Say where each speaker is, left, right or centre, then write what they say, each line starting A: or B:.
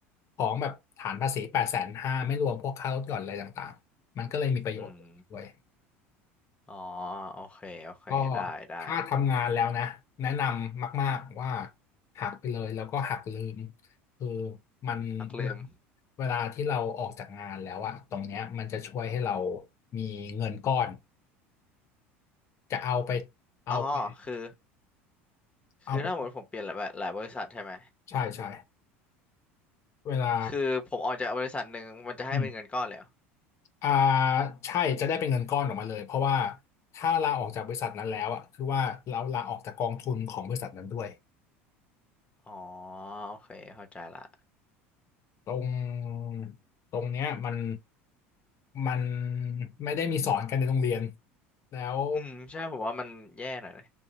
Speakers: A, on the left; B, on the left.
A: ของแบบฐานภาษีแปดแสนห้าไม่รวมพวกค่าลดหย่อนอะไรต่างๆมันก็เลยมีประโยชน์ด้วย
B: อืมอ๋อโอเคโอเคได้ได้
A: ก็ถ้าทำงานแล้วนะแนะนำมากๆว่าหักไปเลยแล้วก็หักลืมคือมันเวลา
B: นักลืม
A: เวลาที่เราออกจากงานแล้วอะตรงเนี้ยมันจะช่วยให้เรามีเงินก้อนจะเอาไปเอาไป
B: อ๋อคือ
A: เอาไป
B: คือถ้าหมดผมเปลี่ยนหลายหลายบริษัทใช่ไหม
A: ใช่ใช่เวลา
B: คือผมออกจากบริษัทหนึ่งมันจะให้เป็นเงินก้อนเลยเหรอ
A: อืมอ่าใช่จะได้เป็นเงินก้อนออกมาเลยเพราะว่าถ้าลาออกจากบริษัทนั้นแล้วอะคือว่าเราลาออกจากกองทุนของบริษัทนั้นด้วย
B: อ๋อโอเคเข้าใจละ
A: ตรงตรงเนี้ยมันมันไม่ได้มีสอนกันในโรงเรียนแล้ว
B: อืมใช่ผมว่ามันแย่หน่อยนะ